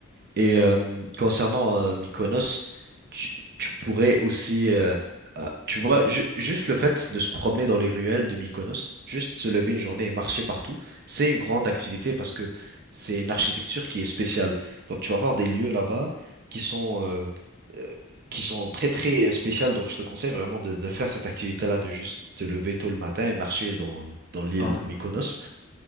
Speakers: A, on the right (about 45°); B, on the left (about 40°).
A: Et euh, concernant euh, Mykonos, tu, tu pourrais aussi, euh, ah, tu vois, ju- juste le fait de se promener dans les ruelles de Mykonos, juste se lever une journée et marcher partout, c'est une grande activité parce que c'est une architecture qui est spéciale. Donc tu vas avoir des lieux là-bas qui sont, euh, euh, qui sont très très spéciales. Donc je te conseille vraiment de, de faire cette activité-là, de juste te lever tôt le matin et marcher dans, dans l'île
B: dans la
A: de
B: ville?
A: Mykonos.